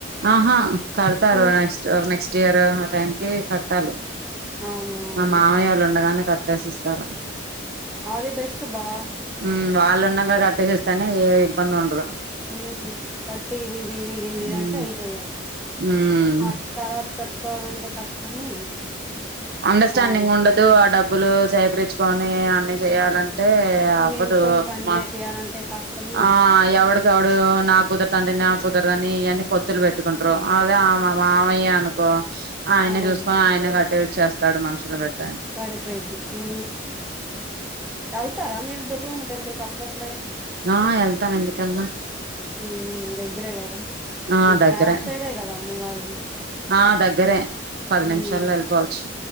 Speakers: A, on the right; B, in the centre.
A: ఆహా కడతారు
B: ఉమ్
A: నెక్స్ట్ నెక్స్ట్ ఇయర్ ఆ టైం కి కట్టాలి
B: అవునవును
A: మా మామయోళ్ళు ఉండగానే కట్టేసిస్తారు
B: అది బెస్ట్ బా
A: ఉమ్ వాళ్ళుండాంగ కట్టేసిస్తేనే ఏ ఇబ్బంది ఉండదు
B: ఉమ్ కట్టి ఇది మీది ఇది మీది
A: ఉమ్
B: అంటే అయిపోయే
A: ఉమ్
B: అటు తర్వాత కట్టుకోవాలంటే కష్టము
A: అండర్స్టాండింగ్
B: బాగా
A: ఉండదు ఆ డబ్బులు సేకరించుకొని అన్ని చేయాలం టే అవ్వదు
B: నించొని పని
A: మా
B: చేపియాలంటే కష్టము
A: ఆ ఎవడికెవడు నా కుదరదు అంటే నా కుదరదుని ఇవన్నన్ని పొత్తులు పెట్టుకుంట రూ అదే ఆ మామయ్య అనుకో ఆయనే
B: అదే
A: చూసుకొని ఆయనే కట్టిచ్చేస్తాడు మనుషులు పెట్
B: సరిపోయిద్ది ఉ వెళ్తారా మీరు దుర్గమ్మ టెంపుల్ కి అప్పుడప్పు
A: ఆ ఏళ్తాం ఎందుకెళ్ళం
B: ఉమ్ దగ్గరే కదా
A: ఆ
B: మీకు
A: దగ్గరే
B: బ్యాక్ సైడే కదా అమ్మవారు
A: ఆ దగ్గరే పది నిమిషాల్లో
B: ఉమ్
A: ఎళ్ళిపోవచ్చు